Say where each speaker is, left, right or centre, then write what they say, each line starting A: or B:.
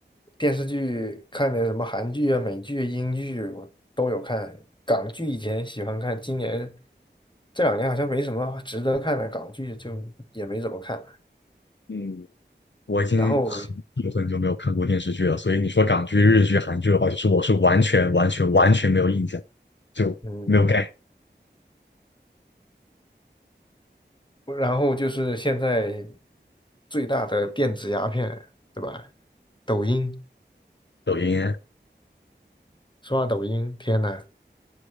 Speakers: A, on the left; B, on the left.
A: 电视剧看点什么韩剧啊、美剧啊英剧啊我都有看。港剧以前喜欢看，今年这两年好像没什么值得看的港剧，就也没怎么看了。
B: 嗯。我已经很久很久没有看过电视剧了，
A: 然后，
B: 所以你说港剧、日剧、韩剧的话，就是我是完全、完全、完全没有印象，就没有概念
A: 嗯，然后就是现在最大的电子鸦片，对吧？抖音，
B: 抖音啊，
A: 刷抖音，天呐，